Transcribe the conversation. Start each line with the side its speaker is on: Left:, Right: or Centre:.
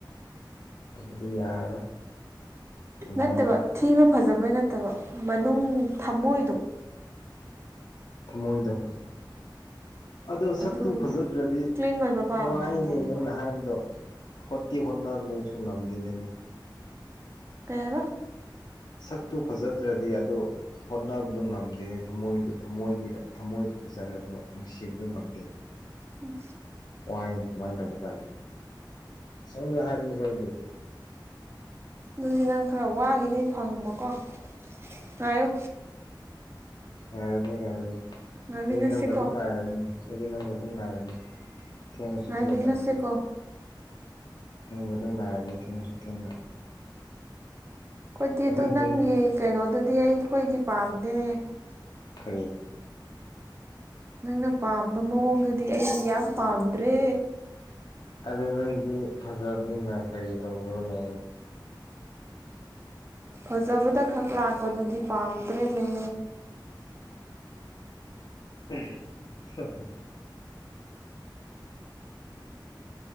Left: ꯑꯗꯨꯗꯤ ꯌꯥꯔꯣꯏꯃꯥꯏ
Right: ꯅꯠꯇꯕ ꯊꯤꯕ ꯐꯖꯕꯩ ꯅꯠꯇꯕ ꯃꯅꯨꯡ ꯊꯝꯃꯣꯏꯗꯣ
Left: ꯊꯃꯣꯏꯗ ꯑꯗꯣ ꯁꯛꯇꯨ
Right: ꯑꯗꯨ
Left: ꯐꯖꯗ꯭ꯔꯗꯤ
Right: ꯀ꯭ꯂꯤꯟ ꯑꯣꯏꯕ ꯄꯥꯝꯕ
Left: ꯅꯨꯡꯉꯥꯏꯅꯦ
Right: ꯍꯥꯏꯇꯥꯔꯦꯀꯣ
Left: ꯅꯪꯅ ꯍꯥꯏꯝꯕꯗꯣ ꯍꯣꯠꯇꯤ ꯍꯣꯠꯅ ꯃꯨꯁꯨ ꯉꯝꯗꯦꯅꯦ ꯑꯗꯨ
Right: ꯀꯔ
Left: ꯁꯛꯇꯨ ꯐꯖꯗ꯭ꯔꯗꯤ ꯑꯗꯨꯗ ꯍꯣꯠꯅꯕꯗꯨꯣ ꯉꯝꯗꯦꯅꯦ ꯊꯃꯣꯏ ꯊꯃꯣꯏꯒꯤꯗ ꯊꯃꯣꯏ ꯐꯖꯔꯁꯨ ꯅꯨꯡꯁꯤꯕꯗꯨ ꯉꯝꯗꯦꯅ
Right: ꯎꯝ
Left: ꯋꯥꯏꯅꯦ ꯀꯃꯥꯏꯅ ꯇꯧꯕꯖꯥꯠꯅꯣ ꯁꯗ ꯍꯥꯏꯕꯅꯤꯕꯣꯏꯗꯤ
Right: ꯑꯗꯨꯗꯤ ꯅꯪ ꯈꯔ ꯋꯥꯈꯤꯅꯤ ꯐꯪꯕꯀꯣ ꯉꯥꯏꯌꯨ
Left: ꯉꯥꯏꯔꯒꯦ ꯉꯥꯏꯔꯒꯦ
Right: ꯉꯥꯏꯃꯤꯟꯅꯁꯤꯀꯣ
Left: ꯑꯩꯗꯤ ꯅꯪ ꯃꯇꯨꯡ ꯂꯥꯛꯔꯅꯤ ꯍꯥꯏꯗꯤ ꯅꯪ ꯑꯗꯨꯝ ꯉꯥꯏꯔꯅꯤ ꯊꯦꯡꯉꯁꯨ
Right: ꯥꯏꯃꯤꯅꯁꯦ
Left: ꯊꯦꯡꯅ
Right: ꯀꯣ
Left: ꯅꯪꯕꯨ ꯑꯗꯨꯝ ꯉꯥꯏꯔꯒꯦ ꯊꯦꯡꯉꯁꯨ ꯊꯦꯡꯅ
Right: ꯍꯣꯏꯠꯇꯤ
Left: ꯃꯊꯪ
Right: ꯑꯗꯨ ꯅꯪꯒꯤ
Left: ꯆꯍꯤ
Right: ꯀꯩꯅꯣꯗꯨꯗꯤ ꯑꯩꯈꯣꯏꯗꯤ ꯄꯥꯝꯗꯦꯅꯦ
Left: ꯈꯔꯤ
Right: ꯅꯪꯅ ꯄꯥꯝꯕ ꯃꯑꯣꯡꯗꯨꯗꯤ ꯑꯩꯗꯤ ꯌꯥꯝ ꯄꯥꯝꯗ꯭ꯔꯦ
Left: ꯑꯗꯨ ꯅꯣꯏꯗꯤ ꯐꯖꯕꯅꯤꯅ ꯀꯔꯤ ꯇꯧꯔꯣꯅꯦ
Right: ꯐꯖꯕꯗ ꯈꯛ ꯂꯥꯛꯄꯗꯨꯗꯤ ꯄꯥꯝꯗ꯭ꯔꯦꯅꯦ
Left: <inaudible>